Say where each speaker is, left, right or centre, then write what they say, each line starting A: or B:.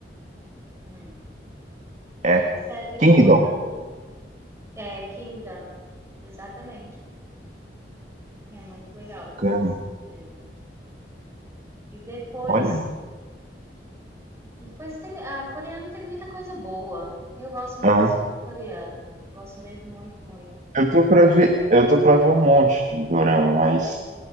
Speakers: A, on the right; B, on the right.
A: Hum.
B: É
A: Uma série boa
B: Kingdom.
A: também é Kingdom, exatamente. É muito legal
B: Bacana.
A: esse filme. E depois,
B: Olha.
A: depois tem, a coreano tem muita coisa boa. Eu gosto muito
B: Ah,
A: do cinema coreano. Gosto mesmo muito, muito.
B: eu tô pra ver, eu tô pra ver um monte de dorama, mas.